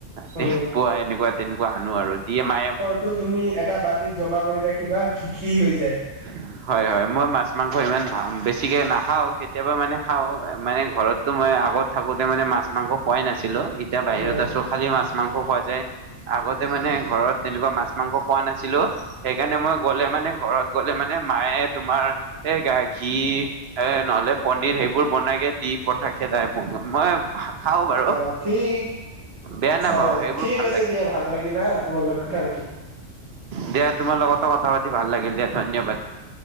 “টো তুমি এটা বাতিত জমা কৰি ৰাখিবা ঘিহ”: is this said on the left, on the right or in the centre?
Right